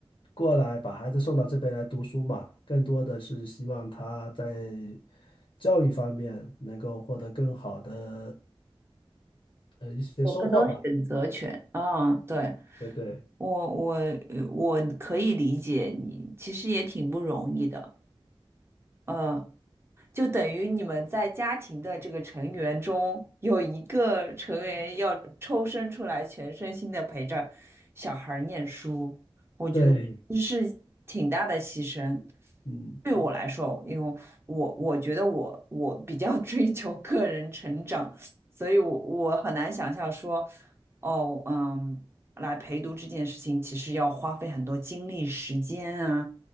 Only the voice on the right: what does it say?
有更多选择权。嗯，对，
我我呃我可以理解你，其实也挺不容易的。呃，就等于你们在家庭的这个成员中有一个成员要抽身出来，全身心的陪着小孩儿念书，我觉得这是挺大的牺牲。
对我来说，因为我我觉得我我比较 <laughs> 追求个人成长，所以我我很难想象说，哦，嗯，来陪读这件事情，其实要花费很多精力、时间啊，